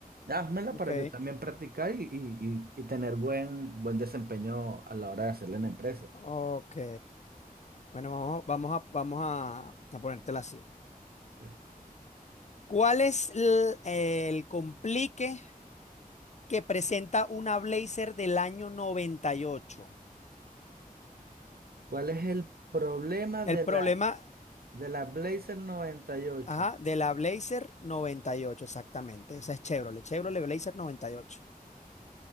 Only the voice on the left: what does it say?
Ok.
Ok. Bueno, vamos, vamos a, vamos a, a ponértela así.
¿Cuál es l- el, complique que presenta una Blazer del año noventa y ocho?
El problema,
ajá, de la Blazer noventa y ocho exactamente. Esa es Chevrolet, Chevrolet Blazer noventa y ocho